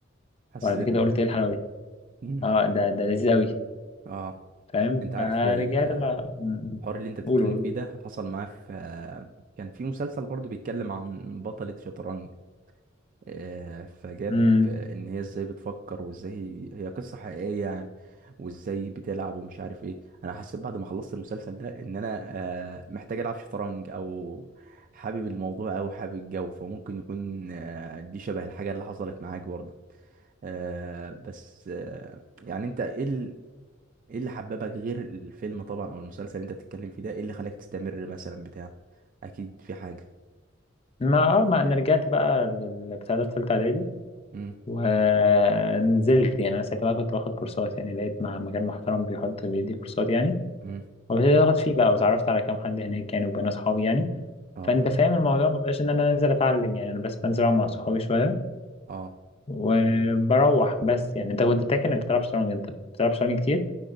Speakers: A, on the right; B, on the left.
A: حسيت
B: وبعد كده
A: انك
B: قلت
A: حبيت
B: ايه الحلاوه دي
A: امم
B: اه ده ده لذيذ قوي
A: اه
B: فاهم
A: انت عارف
B: فرجعت
A: الحوار
B: بقى م- م.
A: اللي انت بتتكلم
B: قولوا
A: فيه
B: قولوا
A: ده حصل معاه في آه، كان في مسلسل برضو بيتكلم عن بطلة شطرنج آه، فجاب
B: امم
A: آه، ان هي ازاي بتفكر وازاي هي هي قصة حقيقية يعني وازاي بتلعب ومش عارف ايه انا حسيت بعد ما خلصت المسلسل ده ان انا آه، محتاج العب شطرنج او حابب الموضوع او حابب الجو فممكن يكون آه، دي شبه الحاجة اللي حصلت معاك برضه آه، بس آه، يعني انت ايه ال- ايه اللي حببك غير الفيلم طبعا او المسلسل اللي انت بتتكلم فيه ده ايه اللي خلاك تستمر مثلا بتاع اكيد في حاجة
B: ما اه ما انا رجعت بقى للبتاع ده في ثالثه اعدادي
A: امم
B: ونزلت يعني انا ساعتها بقى كنت باخد كورسات يعني لقيت مع مكان محترم بيحط بيدي كورسات يعني
A: امم
B: وابتديت اخد فيه بقى واتعرفت على كام حد هناك يعني وبقينا اصحاب يعني
A: اه
B: فانت فاهم الموضوع ما بقاش ان انا نازل اتعلم يعني انا بس بنزل العب مع صحابي شويه
A: اه
B: وبروح بس يعني انت كنت بتحكي انك بتلعب شطرنج انت بتلعب شطرنج كتير